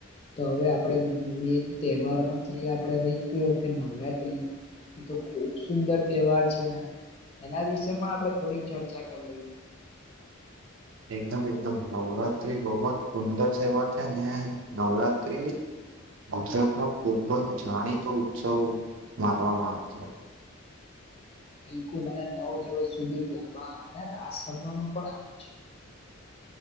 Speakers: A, on the left; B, on the right.
A: તો હવે આપણેે મેન તહેવાર માંથી આપણે રહી જ ગયો કે નવરાત્રી. એ તો ખુબ સુંદર તહેવાર છે ને. એના વિશે પણ આપણે થોડીક ચર્ચા કર લઈએ.
B: એકદમ-એકદમ. નવરાત્રી બહુ જ સુંદર સહેવાર છે ને, નવરાત્રી ગુજરાતમાં ખૂબ જ જાણીતો ઉત્સવ માનવામાં આવે છે.
A: બિલકુલ અને નવ દિવસ સુધી ગરબા અને રાસ રમવામાં પણ આવે છે.